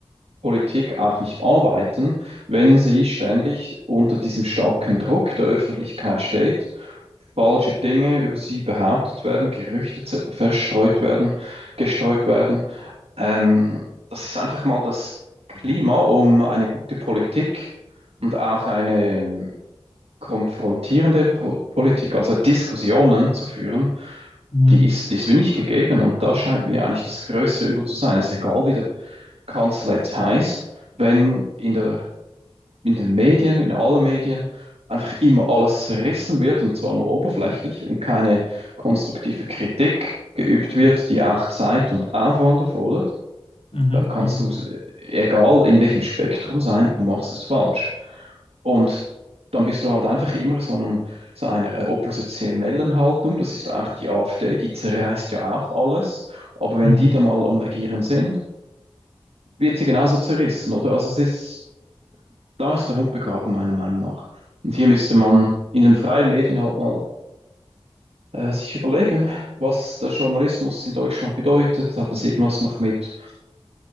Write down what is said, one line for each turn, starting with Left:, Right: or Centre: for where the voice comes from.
Right: Politik auch nicht arbeiten, wenn sie ständig unter diesem starken Druck der Öffentlichkeit steht falsche Dinge über sie behauptet werden, Gerüchte zu- verstreut werden, gestreut werden. Ähm, das ist einfach mal das Klima, um eine gute Politik und auch eine konfrontierende Pro Politik, also Diskussionen zu führen,
Left: Mhm.
Right: die ist, die ist mir nicht gegeben. Und da scheint mir eigentlich das größte Übel zu sein. Es ist egal, wie der Kanzler jetzt heißt, wenn in der in den Medien, in allen Medien, einfach immer alles zerrissen wird und zwar nur oberflächlich und keine konstruktive Kritik geübt wird, die auch Zeit und Aufwand erfordert,
Left: Mhm.
Right: dann kannst
Left: Mhm.
Right: du, egal in welchem Spektrum sein, du machst es falsch. Und dann bist du halt einfach immer so, einem, so einer äh, oppositionellen Haltung. Das ist auch die AfD, die zerreißt ja auch alles. Aber wenn
Left: Mhm.
Right: die dann mal am Regieren sind, wird sie genauso zerrissen, oder? Also es ist da ist der Hund begraben, meiner Meinung nach. Und hier müsste man in den freien Medien halt mal äh, sich überlegen, was der Journalismus in Deutschland bedeutet. Hat das irgendwas noch mit